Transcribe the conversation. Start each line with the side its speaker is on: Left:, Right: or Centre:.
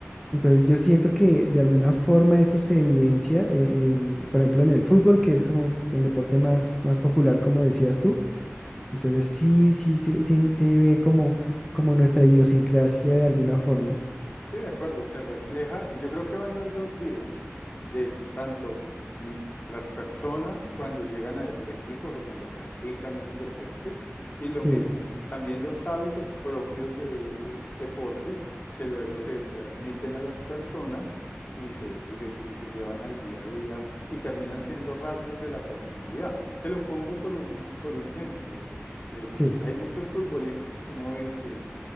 Centre: Entonces yo siento que de alguna forma eso se evidencia e- en, por ejemplo, en el fútbol, que es como el deporte más, más popular,
Left: De acuerdo.
Centre: como decías tú. Entonces sí, sí, sí, sí, se ve como, como nuestra idiosincrasia de alguna forma.
Left: Sí, de acuerdo, se refleja y yo creo que van las dos vías, de tanto mm, las personas cuando llegan a esos equipos o cuando practican esos deportes y lo
Centre: Sí,
Left: mismo, también los hábitos propios de esos deportes que luego se transmiten a las personas y se, y se, y se llevan al día a día y terminan siendo rasgos de la personalidad. Te lo pongo por un, por un ejemplo. Eh,
Centre: sí.
Left: hay muchos futbolistas que uno ve que